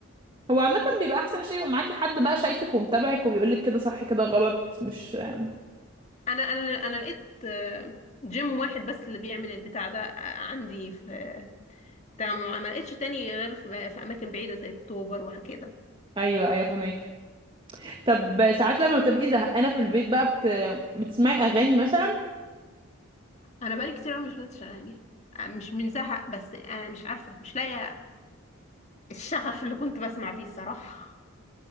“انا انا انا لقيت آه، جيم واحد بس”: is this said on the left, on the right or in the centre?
Left